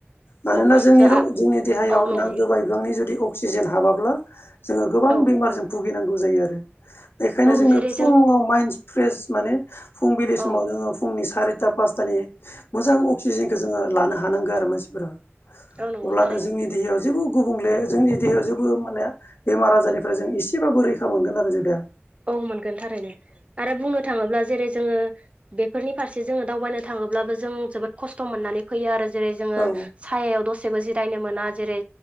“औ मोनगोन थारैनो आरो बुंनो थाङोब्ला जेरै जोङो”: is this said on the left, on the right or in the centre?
Right